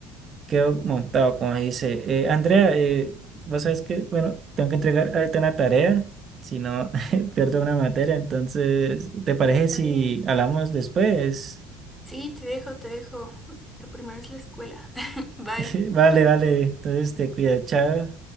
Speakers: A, on the right; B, in the centre.
A: quedo montado, como dice. Eh, Andrea, eh, vos sabes que, bueno, tengo que entregar ahorita una tarea, si no <laughs> pierdo una materia. Entonces, ¿te parece
B: Está
A: si
B: bien.
A: hablamos después?
B: Sí, te dejo, te dejo. Lo primero es la escuela. <laughs> Bye.
A: <laughs> Vale, vale. Entonces te cuidas, chao.